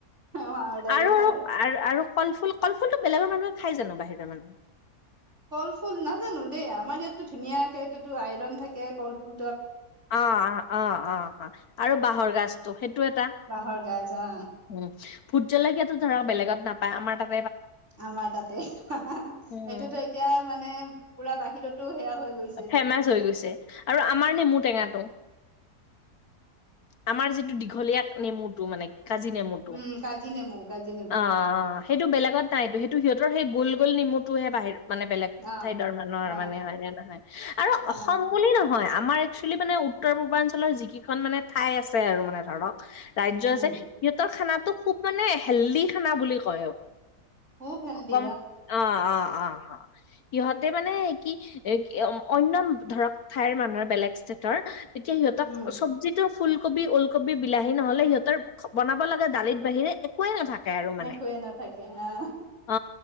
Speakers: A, on the right (about 45°); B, on the left (about 70°).
A: মাহৰ দালি
B: আৰু
A: খাৰ
B: আৰু আৰু কলফুল কল ফুল টো বেলেগৰ মানুহে খাই জানো বাহিৰা মানুহে।
A: কল ফুল নাজানো দেই আমাৰ ইয়াতো ধুনীয়াকে এইটোতো আইৰন থাকে কল ফুল।
B: অ' অ' অ' অ' অ' আৰু বাঁহৰ গাজটো সেইটো এটা।
A: বাঁহৰ গাজ অ
B: উম ভুট জলকীয়াাতটো ধৰা বেলেগত নাপায় আমাৰ তাত
A: আমাৰ তাতে সেইটোতো
B: উম
A: এতিয়া মানে পুৰা বাহিৰতো সেয়া হৈ গৈছে
B: ফেমাচ হৈ গৈছে আৰু আমাৰ নেমু টেঙাটো। আমাৰ যিটো দীঘলীয়া নেমুটো মানে। কাজি নেমুতটো
A: উম কাজি নেমু কাজি নেমু
B: অ' সেইটো বেলেগত নাইতো সেইটো সিহঁত ৰ সেই গল গল নমুটোহে বাহিৰ মানে বেলেগ
A: অ
B: ঠাইডৰ মানুহৰ
A: অ
B: মানে হয় নে নহয় আৰু
A: অ
B: অসম বুলি নহয় আমাৰ একচেলি মানে উত্তৰ পূৰ্বাঞ্চলৰ যিকেইখন মানে ঠাই আছে আৰু মানে ধৰক। ৰাজ্য়
A: উম
B: আ যে সিহঁতৰ খানাটো খুব মানে হেল্ডি খানা বুলি কয়।
A: খুব হেল্ডি
B: গম অ', অ', অ'। সিহঁতে মানে কি এক-ইয়ম-অইন্নম ধৰক ঠাইৰ মানুহৰ বেলেগ ষ্টেটৰ তেতিয়া সিহঁতক
A: উম
B: চবজিত ফুলকবি, ওলকবি, বিলাহী নহ'লে সিহঁতৰ বনাব লগে দালিত বাহিৰে একোৱে নাথাকে। আৰু মানে
A: একোৱে নাথাকে আহ
B: অ